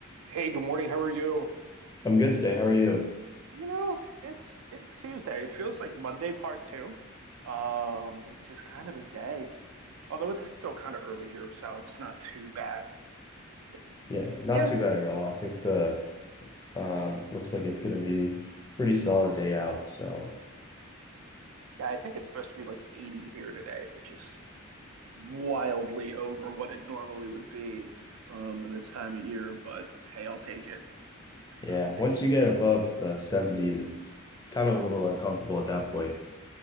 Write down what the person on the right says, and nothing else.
Hey, good morning. How are you?
You know, it's it's Tuesday. It feels like Monday part two. Um, it's just kind of a day. Although it's still kind of early here, so it's not too bad. But
yeah,
yeah, I think it's supposed to be like 80 here today, which is wildly over what it normally would be um in this time of year, but hey, I'll take it.
I'll
take